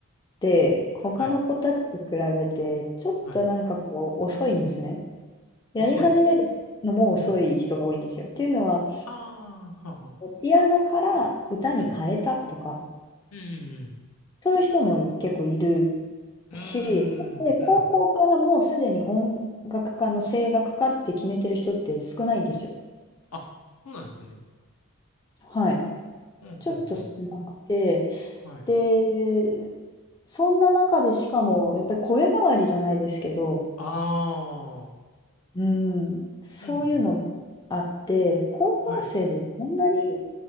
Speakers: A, on the left; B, on the left.
A: て他の子たちと比べて、
B: はい。
A: ちょっとなんかこう遅いんですね。
B: はい。
A: やり始めるのも遅い人が多いんですよ。
B: 遅い。うん。
A: っていうのは、
B: ああ、はあ、はあ。
A: ピアノから歌に変えたとか、
B: うん。うん、
A: そういう人も結構いる
B: うん、
A: し、で、
B: うん。うーん、
A: 高校からもうすでに音楽家の声楽家って決めてる人って少ないんですよ。
B: うん。あ、そうなんですね。
A: はい。
B: うん、
A: ちょっと少なくて、
B: うん、うん。はい。
A: で、そんな中でしかも、やっぱり声変わりじゃないですけど、
B: ああ、
A: うん、そういうのもあって、
B: うん、うん。
A: 高校生でそんなに
B: はい、